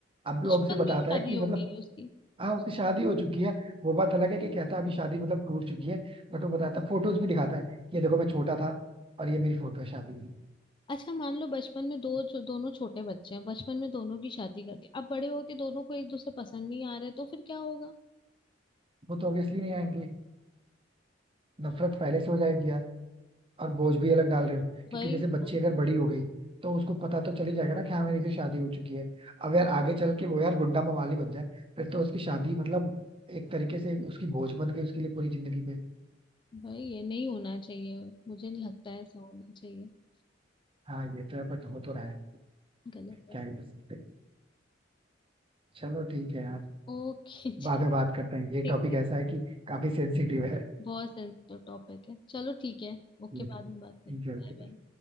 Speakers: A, on the right; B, on the left.
A: अब भी
B: बचपन
A: वो हमसे बताता
B: में ही शादी
A: है कि मतलब
B: हो गई उसकी
A: हाँ उसकी शादी हो चुकी है वो बात अलग है कि कहता है अभी शादी मतलब टूट चुकी है बट वो बताता है फोटोज भी दिखाता है कि ये देखो मैं छोटा था और ये मेरी फोटो है शादी की
B: अच्छा मान लो बचपन में दो जो दोनों छोटे बच्चे हैं बचपन में दोनों की शादी कर दी अब बड़े होके दोनों को एक दूसरे पसंद नहीं आ रहे तो फिर क्या होगा
A: वो तो ऑब्वियसली नहीं आएंगे नफरत पहले से हो जाएगी यार और बोझ भी अलग डाल रहे हो क्योंकि
B: वही
A: जैसे बच्ची
B: तो
A: अगर बड़ी हो गई तो उसको पता तो चल ही जाएगा ना कि हाँ मेरी से शादी हो चुकी है अब यार आगे चल के वो यार गुंडा मवाली बन जाए फिर तो उसकी शादी मतलब एक तरीके से उसकी बोझ बन गई उसके लिए पूरी जिंदगी पे
B: भाई ये नहीं होना चाहिए मुझे नहीं लगता है ऐसा होना चाहिए
A: हाँ ये तो है बट हो तो रहा है
B: गलत है
A: क्या ही कर सकते हैं। चलो ठीक है यार
B: ओके <laughs>
A: बाद
B: चल
A: में बात करते हैं ये
B: ठीक
A: टॉपिक
B: ठीक
A: ऐसा है कि काफी सेंसिटिव है
B: बहुत सेंसिटिव टॉपिक है चलो ठीक है ओके
A: ये तो
B: बाद
A: ठीक
B: में बात करते
A: है
B: हैं
A: okay,
B: बाय
A: bye.
B: बाय